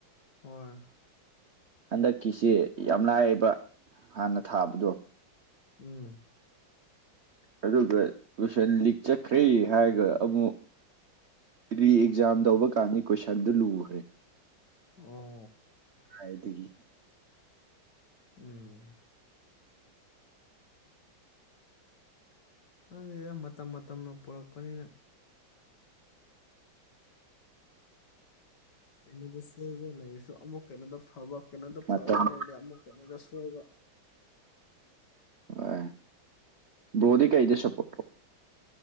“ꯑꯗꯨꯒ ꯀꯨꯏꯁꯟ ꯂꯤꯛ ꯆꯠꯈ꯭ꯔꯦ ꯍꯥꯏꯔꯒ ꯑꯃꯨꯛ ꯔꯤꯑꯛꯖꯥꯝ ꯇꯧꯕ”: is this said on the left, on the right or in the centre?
Right